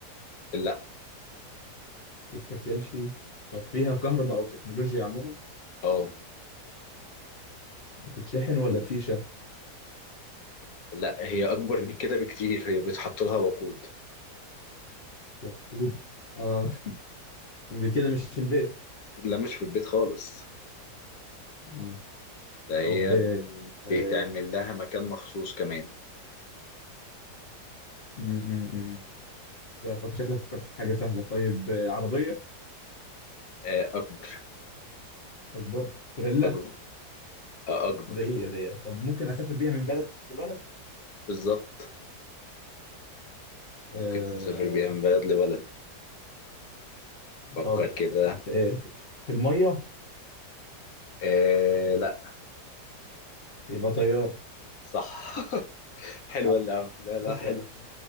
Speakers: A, on the left (about 65°); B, on the left (about 45°).
A: لا
B: بتتاكلش طب فيها كهرباء أو تكنولوجيا عموما
A: اه
B: بتتشحن ولا بفيشة
A: لا هي اكبر من كده بكتير هي بيتحط لها وقود
B: وقود اه <laughs> دي كده مش في البيت
A: لا مش في البيت خالص
B: مم.
A: ده هي
B: طب
A: ب-
B: آه،
A: بيتعمل لها مكان مخصوص كمان
B: مم، مم، مم. فك- شكلك فكرت في حاجة سهلة طيب آه، عربية
A: آه، اكبر
B: أكبر تريلا
A: اكبر آه، اكبر
B: ده إيه ده إيه طب ممكن أسافر بيها من بلد لبلد
A: بالظبط ممكن
B: آه
A: تسافر بيها من بلد لبلد فكر
B: طب
A: كده
B: ع- في, آه، في في المية
A: آه لا
B: يبقى طيارة
A: صح <laughs> حلوة
B: اه
A: اللعبة لا لا
B: باشا
A: حلوة